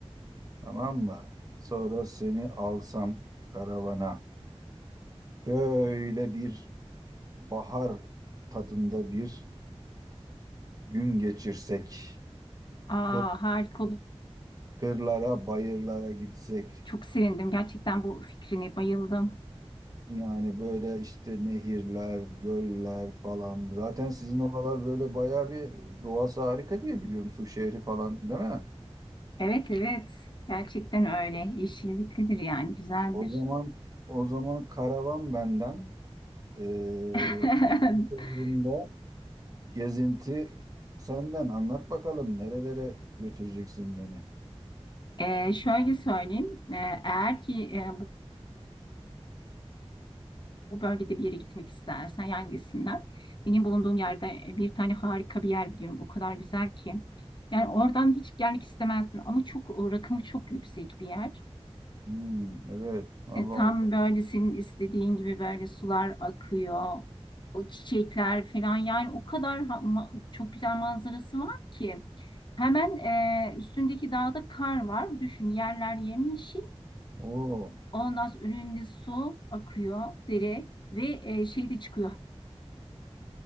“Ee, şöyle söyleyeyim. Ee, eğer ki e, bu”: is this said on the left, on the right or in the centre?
Left